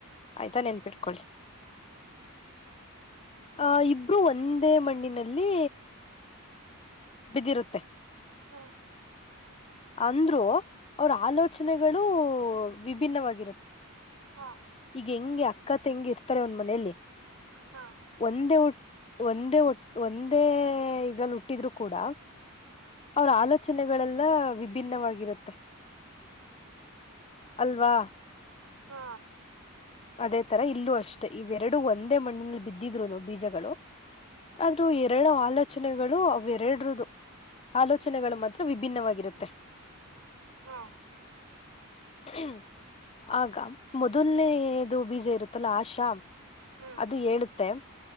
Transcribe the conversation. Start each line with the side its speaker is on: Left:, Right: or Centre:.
Left: ಆಯ್ತಾ ನೆನ್ಪಿಟ್ಕೊಳ್ಳಿ
Right: ಹ್ಮ್
Left: ಆಹ ಇಬ್ರು ಒಂದೇ ಮಣ್ಣಿನಲ್ಲಿ ಬಿದಿರುತ್ತೆ
Right: ಹಾ
Left: ಅಂದ್ರು ಅವ್ರ ಆಲೋಚನೆಗಳು ವಿಭಿನ್ನವಾಗಿರುತ್ತೆ
Right: ಹಾ
Left: ಈಗ ಹೆಂಗೆ ಅಕ್ಕ ತಂಗಿ ಇರ್ತರೆ ಒಂದ್ ಮನೆಯಲ್ಲಿ <inaudible>
Right: ಹಾ
Left: ಒಂದೇ ಹೊ ಒಂದೇ ಒ ಒಂದೇ ಇದ್ರಲ್ಲಿ ಹುಟ್ಟಿದ್ರು ಕೂಡ
Right: <inaudible>
Left: ಅವರ ಆಲೋಚನೆಗಳೆಲ್ಲ ವಿಭಿನ್ನವಾಗಿರುತ್ತೆ ಅಲ್ವಾ
Right: <inaudible> ಹಾ
Left: ಅದೇ ತರ ಇಲ್ಲೂ ಅಷ್ಟೇ ಇವೆರಡು ಒಂದೇ ಮಣ್ಣಿನಲ್ಲಿ ಬಿದ್ದಿದ್ರು ಬೀಜಗಳು <inaudible> ಅದು ಎರಡ ಆಲೋಚನೆಗಳು ಅವ ಎರಡರದು ಆಲೋಚನೆಗಳ ಮತ್ತೆ ವಿಭಿನ್ನವಾಗಿರುತ್ತೆ
Right: <inaudible> ಹಾ
Left: ಹ್ಮ <inaudible> ಆಗ ಮೊದಲ್ನೇ ಇದು ಬೀಜ ಇರುತ್ತಲ್ಲ ಆಷಾ
Right: ಹ್ಮ್
Left: ಅದು ಹೇಳುತ್ತೆ